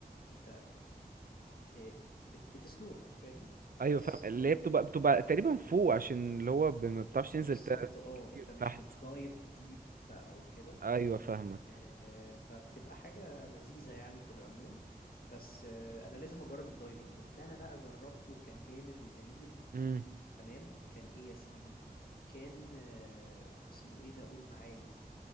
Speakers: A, on the left (about 70°); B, on the right (about 65°).
A: انت إيه، بت- بتسنورك فاهم
B: ايوه
A: بس
B: فاهم اللي
A: آه،
B: هي بتبقى بتبقى تقريبا فوق عشان اللي هو ب- ما بتعرفش
A: بالظبط
B: تنزل تا-
A: اه
B: كتير
A: انت مش
B: تحت
A: بتدايف ديب بقى وكده
B: ايوه فاهمك
A: آه، فبتبقى حاجة لذيذة يعني في العموم بس آه، انا لازم اجرب الدايفنج اللي انا بقى جربته كان جامد وجميل
B: امم
A: تمام كان ايه يا سيدي كان آه، اسمه ايه ده قول معايا